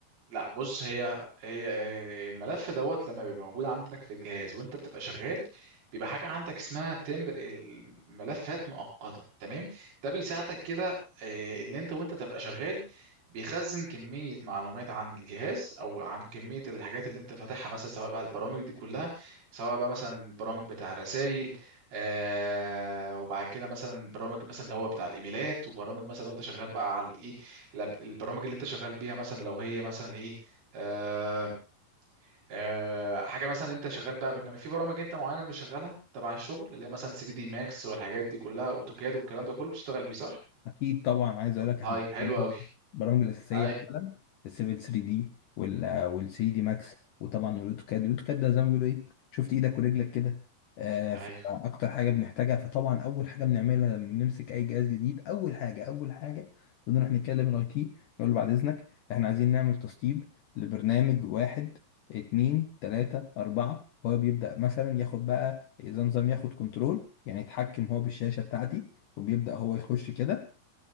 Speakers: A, on the right; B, on the left.
A: لا بص هي هي آه، الملف دوت لما بيبقى موجود عندك في الجهاز وانت بتبقى شغال بيبقى حاجه عندك اسمها تمبر الملفات مؤقته تمام ده بيساعدك كده آه، اللي انت وانت تبقى شغال بيخزن كميه معلومات عن الجهاز او عن كميه الحاجات اللي انت فاتحها مثلا سواء بقى البرامج دي كلها سواء بقى مثلا البرامج بتاع الرسائل آه وبعد كده مثلا برامج مثلا اللي هو بتاع الايميلات وبرامج مثلا لو انت شغال بقى على الايه الأب- البرامج اللي انت شغال بيها مثلا لو هي مثلا ايه آه آه حاجه مثلا انت شغال بقى برنامج في برامج انت معينه بشغلها تبع الشغل اللي هي مثلا 3 دي ماكس والحاجات دي كلها اوتوكاد والكلام ده كله بتشتغل بيه صح؟
B: اكيد طبعا عايز اقول لك
A: طيب
B: احنا
A: حلو قوي
B: البرامج الاساسيه
A: اي
B: مثلا السيفل 3 دي وال وال 3 دي ماكس وطبعا الاوتوكاد الاوتوكاد ده زي ما بيقولوا ايه شفت ايدك ورجلك كده آه
A: ايوه
B: اكتر حاجه بنحتاجها فطبعا اول حاجه بنعملها لما بنمسك اي جهاز جديد اول حاجه اول حاجه بنروح نتكلم الاي تي نقول له بعد اذنك احنا عايزين نعمل تسطيب لبرنامج واحد اتنين تلاته اربعه هو بيبدا مثلا ياخد بقى اذا نظام ياخد كنترول يعني يتحكم هو بالشاشه بتاعتي وبيبدا هو يخش كده